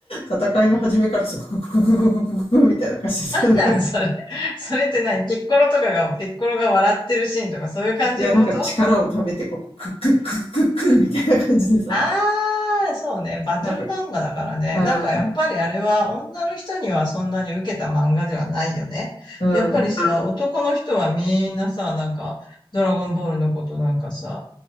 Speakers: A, on the left; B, on the left.
A: 戦いの始めからさ、クククククククククみたいな感じでさ、なんか、
B: なんそれ。<laughs> それって何ピッコロとかが、ピッコロが笑ってるシーンとかそういう感じのこと
A: いや、なんか力を貯めて、こう、ククククククみたいな感じでさ、
B: あー、
A: なんか、
B: そうね。バトル漫画だからね。
A: なんか、うん、
B: なんかやっぱりあれは女の人にはそんなに受けた漫画ではないよね。
A: うん、
B: やっぱりさ、男の人はみんなさ、なんか、ドラゴンボールのことなんかさ、